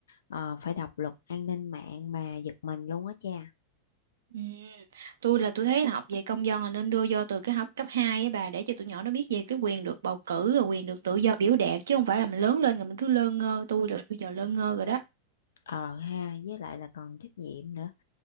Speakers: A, on the left (about 60°); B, on the right (about 65°).
A: ờ, phải đọc luật an ninh mạng mà giật mình luôn á cha.
B: Ừ. Tôi là tôi thấy là học về công dân là nên đưa vô từ cái học cấp 2 á bà để cho tụi nhỏ nó biết về cái quyền được bầu cử rồi quyền được tự do biểu đạt chứ không phải là mình lớn lên rồi mình cứ lơ ngơ tôi là tôi giờ lơ ngơ rồi đó
A: Ờ ha, với lại là còn trách nhiệm nữa.